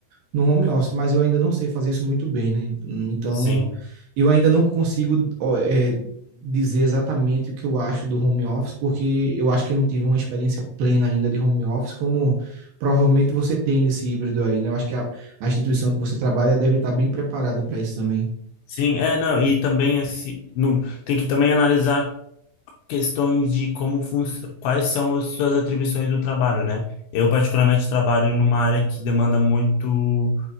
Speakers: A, on the right; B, on the left.
A: no home office, mas eu ainda não sei fazer isso muito bem, né? Então,
B: sim.
A: eu ainda não consigo ó, é, dizer exatamente o que eu acho do home office, porque eu acho que eu não tive uma experiência plena ainda de home office, como provavelmente você tem nesse híbrido aí, né? Eu acho que a, a instituição que você trabalha deve estar bem preparada para isso também.
B: Sim, é, não, e também esse, não, tem que também analisar questões de como funcio- quais são as suas atribuições do trabalho, né? Eu particularmente trabalho numa área que demanda muito